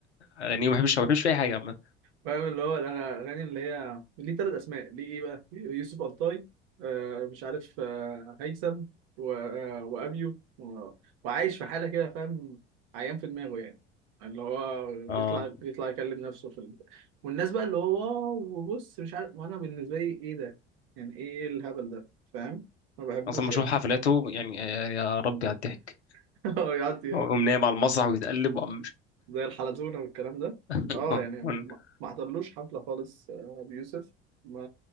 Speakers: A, on the left; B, on the right.
A: اغانيه ما بحبش ما بحبش في اي حاجه عامة.
B: فاهم اللي هو الأغاني اللي هي ليه تلات أسماء ليه إيه بقى؟ يوسف ألطاي آه مش عارف آه هيثم و... آه وأبيو و... وعايش في حالة كده فاهم عيان في دماغه يعني اللي هو يطلع
A: اه
B: يطلع يكلم نفسه في البتاع والناس بقى اللي هو واو وبص مش عارف وأنا بالنسبة لي إيه ده؟ يعني إيه الهبل ده؟ فاهم؟ ما بحبوش
A: اصلا ما بشوف
B: يعني
A: حفلاته يعني يا يا ربي على الضحك
B: <laughs> يقعد
A: هو يقوم نايم على المسرح ويتقلب وعم مش
B: زي الحلزونة والكلام ده
A: <laughs>
B: اه يعني ما ما حضرلوش حفلة خالص آه، أبي يوسف ما